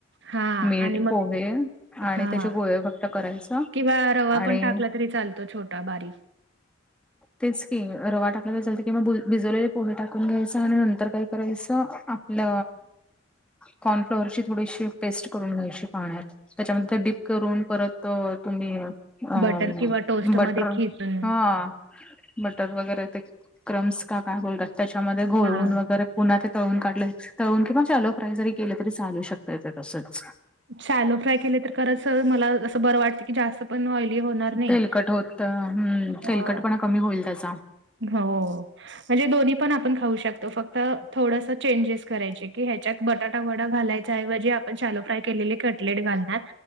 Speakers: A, on the right; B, in the centre.
A: हां
B: मीठ,
A: आणि मग
B: पोहे, आणि
A: हां.
B: त्याचे गोळे फक्त करायचं,
A: किंवा रवा
B: आणि
A: पण टाकला तरी चालतो छोटा बारीक
B: तेच की, रवा टाकालेला चालतय किंवा, भिजवलेले पोहे टाकून घ्यायचं, आणि नंतर काय करायचं ल कॉर्नफ्लॉवरची थोडीशी पेस्ट करून घ्यायची पाण्यात त्याच्यामध्ये डीप करून, परत तुम्ही अ,
A: बटर किंवा टोस्टमध्ये
B: बटर,
A: खिसून
B: हा. बटर वगैरे ते, क्रम्स का काय बोलतात, त्याच्यामध्ये घोळवून
A: हां.
B: वगैरे पुन्हा ते तळून काढलं, तळून किंवा शालो फ्राय जरी केलं तरी चालू शकतय ते तसंच.
A: शालो फ्राय केले तर खरंच, मला असं बरं वाट जास्त पण ऑईली होणार नाही.
B: तेलकट होत हम्म
A: हा
B: तेलकटपणा कमी होईल त्याचा
A: हो. म्हणजे दोन्ही पण आपण खाऊ शकतो, फक्त थोडसं चेंजेस करायचे, की ह्याच्यात बटाटा वडा घालाय एवजी आपण शालो फ्राय केलेले कटलेट घालणार,